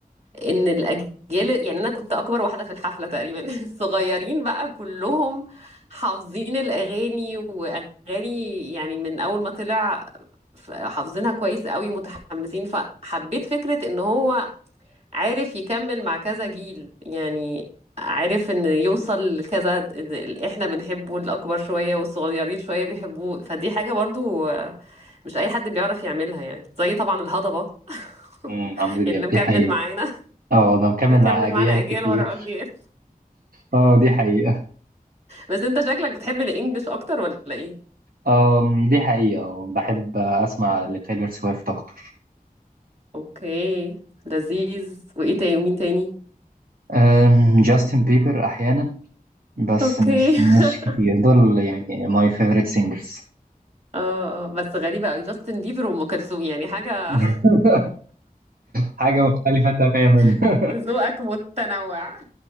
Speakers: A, on the right; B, on the right.
A: ان الاجيال يعني انا كنت اكبر واحده في الحفله تقريبا <laughs> الصغيرين بقى كلهم حافظين الاغاني واغاني يعني من اول ما طلع ف- حافظينها كويس قوي متحمسين فحبيت فكره ان هو عارف يكمل مع كذا جيل يعني عارف ان يوصل لكذا اللي احنا بنحبه الاكبر شويه والصغيرين شويه بيحبوه فدي حاجه برضو آه، مش اي حد بيعرف يعملها يعني زي طبعا الهضبه
B: أمم،
A: <laughs>
B: عمرو دياب
A: اللي مكمل
B: دي حقيقة
A: معانا
B: اه انا مكمل
A: مكمل
B: مع اجيال
A: معانا اجيال
B: كتير
A: ورا اجيال
B: اه دي حقيقة
A: بس انت شكلك بتحب الانجليش اكتر ولا ايه
B: أم دي حقيقة أه، بحب اسمع لتايلر سويفت اكتر
A: اوكي لذيذ وايه تاني ومين تاني
B: أم، جاستن بيبر احيانا بس
A: اوكي
B: مش مش
A: <laughs>
B: كتير دول يعني ماي فيفورت سينجرز
A: اه اه بس غريبه قوي جاستن بيبر وام كلثوم يعني حاجه
B: <laughs> حاجة مختلفة تماما
A: <laughs>
B: <laughs>
A: ذوقك متنوع